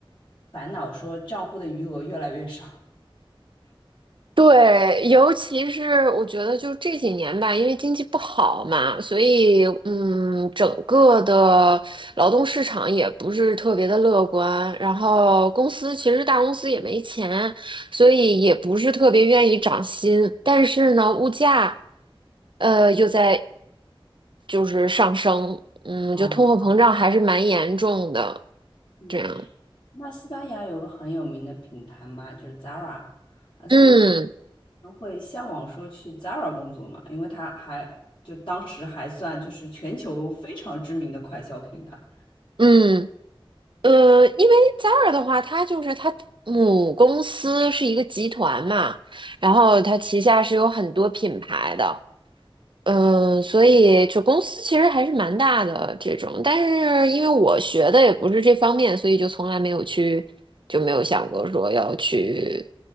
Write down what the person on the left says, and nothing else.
烦恼说账户的余额越来越少。<laughs>
啊，
嗯
那西班牙有个很有名的品牌嘛，就是 Zara，啊，所以
人会向往说去 Zara 工作嘛，因为他还就当时还算就是全球非常知名的快消品牌。